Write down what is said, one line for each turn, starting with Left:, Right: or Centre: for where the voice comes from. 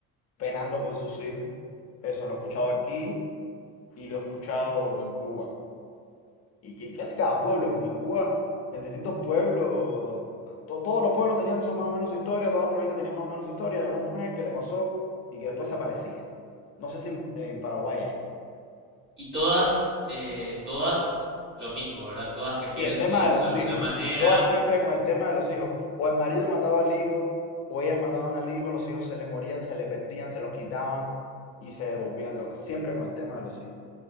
Left: penando por sus hijos. Eso lo he escuchado aquí y lo he escuchado en Cuba. Y que casi cada pueblo, porque en Cuba, en distintos pueblos, to- todos los pueblos tenían su, más o menos su historia, todas las provincias tenían más o menos su historia de una mujer que le pasó y que después aparecía. No sé si en, en Paraguay hay.
Right: Y todas, eh, todas lo mismo, ¿verdad? Todas que
Left: Sí,
Right: pierden
Left: el tema
Right: su hijo
Left: de los
Right: de alguna
Left: hijos.
Right: manera.
Left: Todas siempre con el tema de los hijos. O el marido mataba al hijo, o ellas mataban al hijo, los hijos se le morían, se le perdían, se los quitaban y se volvían locas. Siempre con el tema de los hijos.